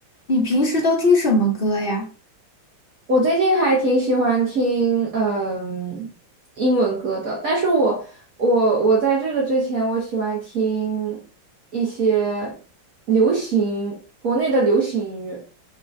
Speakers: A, on the left; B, on the right.
A: 你平时都听什么歌呀？
B: 我最近还挺喜欢听嗯英文歌的，但是我我我在这个之前，我喜欢听一些流行国内的流行音乐。